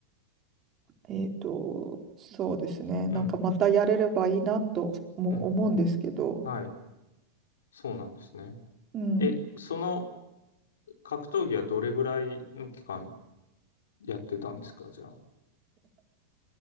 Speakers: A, on the right (about 30°); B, on the left (about 65°).
A: えっとそうですねなんかまたやれればいいなとも思うんですけど
B: うん。うん、うん。はい。そうなんですね。
A: うん
B: え、その格闘技はどれぐらいの期間やってたんですかじゃあ。